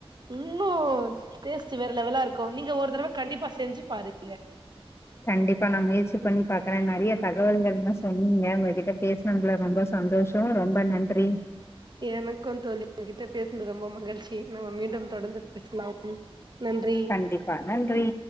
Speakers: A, on the right (about 45°); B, on the left (about 25°).
A: இன்னும் டேஸ்ட் வேற லெவலா இருக்கும் நீங்க ஒரு தறவ கண்டிப்பா செஞ்சு பாருங்க
B: கண்டிப்பா நா முயற்சி பண்ணி பாக்குறேன் நெறைய தகவல்கள்ல்லா சொன்னீங்க உங்ககிட்ட பேச னதுல ரொம்ப சந்தோஷம் ரொம்ப நன்றி
A: எனக்குன் தோழி உங்ககிட்ட பேசுனது ரொம்ப மகிழ்ச்சி நம்ம மீண்டும் தொடந்து பேசலாம் நன்றி
B: கண்டிப்பா நன்றி